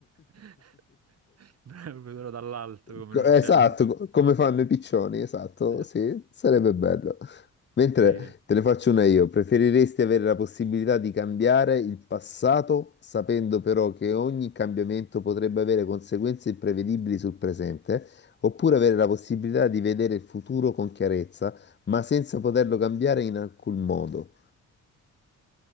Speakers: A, on the right; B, on the left.
A: <laughs> Bravo, lo Vedrò dall'alto come
B: Co-
A: un uccello.
B: Esatto, co- come fanno i piccioni, esatto,
A: <laughs>
B: sì, sarebbe bello. Mentre
A: Sì.
B: te ne faccio una io, preferiresti avere la possibilità di cambiare il passato, sapendo però che ogni cambiamento potrebbe avere conseguenze imprevedibili sul presente? Oppure avere la possibilità di vedere il futuro con chiarezza, ma senza poterlo cambiare in alcun modo,